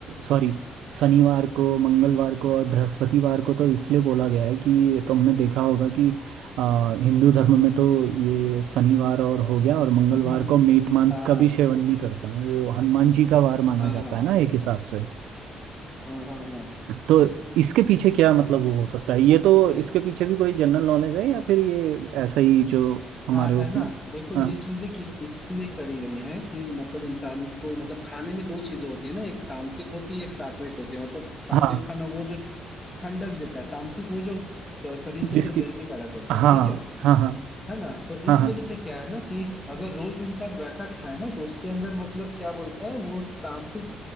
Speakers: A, on the right; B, on the left.
A: सॉरी शनिवार को मंगलवार को और बृहस्पतिवार को तो इसलिए बोला गया है कि तुमने देखा होगा कि अ, हिंदू धर्म में तो ये शनिवार और हो गया और मंगलवार
B: हम्म, हम्म, हम्म,
A: को मीट मांस
B: हाँ
A: का
B: हाँ
A: भी सेवन नहीं करते हैं वो हनुमान जी का वार माना
B: हाँ
A: जाता
B: हाँ
A: है ना एक हिसाब से
B: हाँ हाँ हाँ
A: तो इसके पीछे क्या मतलब वो हो सकता है ये तो इसके पीछे भी कोई जनरल नॉलेज है या फिर ये ऐसा ही जो हमारे
B: हाँ है
A: उसमें
B: ना देखो ये
A: हाँ
B: चीजें किस इसलिए करी गई हैं कि मतलब इंसान को मतलब खाने में दो चीजें होती है ना एक तामसिक होती है एक सात्विक होती है मतलब सात्विक
A: हाँ
B: खाना वो जो ठंडक देता है तामसिक वो जो स- शरीर के
A: जिसकी
B: अंदर गर्मी पैदा करता
A: हाँ
B: है ठीक है
A: हाँ हाँ
B: है ना तो इस
A: हाँ
B: वजह से क्या है ना कि इस- अगर रोज इंसान वैसा खाए ना तो उसके अंदर मतलब क्या बोलता है वो तामसिक